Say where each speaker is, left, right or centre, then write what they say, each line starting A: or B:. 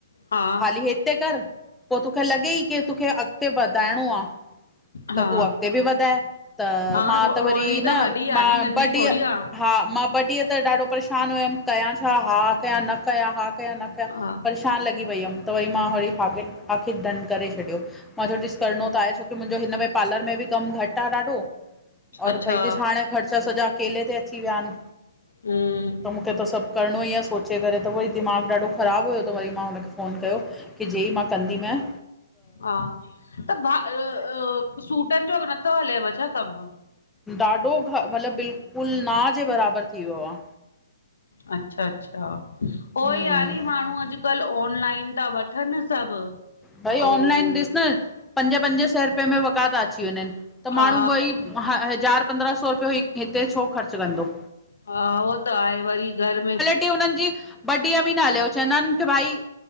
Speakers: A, on the left; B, in the centre.
A: हा
B: हाली हिते कर, पो तोखे लॻेई की तुखे अॻिते वधाइंणो आ
A: हा
B: त तूं अॻिते बि वधाए, त
A: हा
B: मां
A: रो
B: त
A: रोहिणी
B: वरी न
A: त वॾी आ
B: मां
A: नी नंढी
B: ॿ
A: थोरी
B: डीह
A: आ
B: हा मां ॿ ॾीहं त ॾाढो परेशान हुयमि, कयां छा हा कया न कया हा कया न कया
A: हा
B: परेशान लॻी पई हमि त वरी मां वरी हागिर आख़िर डन करे छॾियो। मां च्यो ॾिसु करिणो त आहे, छोकी मुंजो हिन में पार्लर में बि कमु घटि आ ॾाढो और
A: अच्छा
B: भई ॾिसु हाणे ख़र्चा सॼा अकेले ते अची विया इनि
A: हम्म
B: त मुखे त सभु करिणो ई आ सोचे करे त उहोई दिमाग़ु ॾाढो ख़राबु हुयो, त वरी मां हुनखे फ़ोन कयो की जे ई मां कंदीमंए
A: हा, त भा अ अ सूटनि जो नथो हलेव छा कमु?
B: ॾाढो घ मतिलब बिल्कुलु ना जे बराबरि थी वियो आ।
A: अच्छा - अच्छा, हो
B: हम्म
A: ई आ नी माण्हूं अॼुकल्ह आन लाइन ता वठनि सभु
B: भई
A: अंउं
B: ऑनलाइन ॾिस न पंज -पंज सै रुपये में वॻा ता अची वंञंनि त
A: हा
B: माण्हूं वई ह हज़ार पंद्रहां सौ रुपियो हि हिते छो ख़र्चु कंदो।
A: हा उहो त आहे वरी घर में
B: की हुननि जी वॾीअ में न हलियो चइंदान की भाई